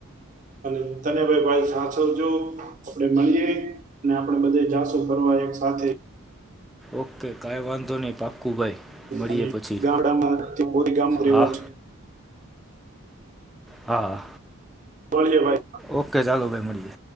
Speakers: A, on the right (about 35°); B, in the centre.
A: અને તન્યાભાઈ ભાઈ સાચવજો. આપડે મળીએ. ને આપડે બધે જાશું ફરવા એક સાથે.
B: ઓકે કાંઈ વાંધો નહી પાક્કું ભાઈ. મળીએ
A: અને
B: પછી
A: ગામડામાં ગામમાં રેવાનું
B: હા
A: છે.
B: હા
A: મલીએ ભાઈ.
B: ઓકે ચાલો ભાઈ મળીએ.